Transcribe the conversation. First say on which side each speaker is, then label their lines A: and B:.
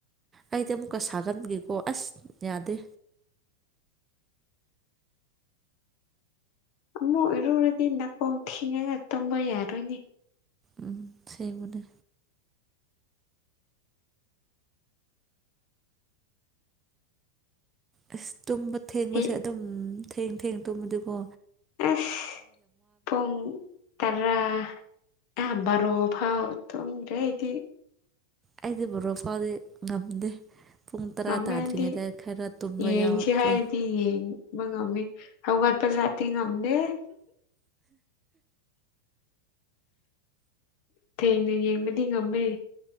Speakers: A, on the right (about 20°); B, on the left (about 45°).
A: ꯑꯩꯗꯤ ꯑꯃꯨꯛꯀ ꯁꯥꯒꯟꯕꯒꯤꯀꯣ ꯑꯁ ꯌꯥꯗꯦ
B: ꯑꯃꯨꯛ ꯏꯔꯨꯔꯗꯤ ꯅꯥꯀꯣꯡ ꯊꯤꯡꯉꯒ ꯇꯨꯝꯕ ꯌꯥꯔꯣꯏꯅꯦ
A: ꯎꯝ ꯑꯁ‌ꯦꯡꯕꯅꯦ ꯑꯁ ꯇꯨꯝꯕ ꯊꯦꯡꯕꯁꯦ
B: ꯑꯩ
A: ꯑꯗꯨꯝ ꯊꯦꯡ ꯊꯦꯡ ꯇꯨꯝꯕꯗꯤꯀꯣ
B: ꯑꯁ ꯄꯨꯡ ꯇꯔꯥ ꯑ ꯕꯔꯣꯐꯥꯎ ꯇꯨꯝꯗ‌ꯦ ꯑꯩꯗꯤ
A: ꯑꯩꯗꯤ ꯕꯔꯣ ꯐꯥꯎꯗꯤ ꯉꯝꯗꯦ ꯄꯨꯡ ꯇꯔꯥ
B: ꯉꯝꯃꯦ
A: ꯇꯥꯗ꯭ꯔꯤꯉꯩꯗ
B: ꯑꯩꯗꯤ
A: ꯈꯔ ꯇꯨꯝꯕ
B: ꯌꯦꯡꯁꯤ
A: ꯌꯥꯎꯕ
B: ꯍꯥꯏꯔꯗꯤ ꯌꯦꯡꯕ ꯉꯝꯃ‌ꯦ ꯍꯧꯒꯠꯄ ꯖꯥꯠꯇꯤ ꯉꯝꯗꯦ ꯊꯦꯡꯅ ꯌꯦꯡꯕꯗꯤ ꯉꯝꯃꯦ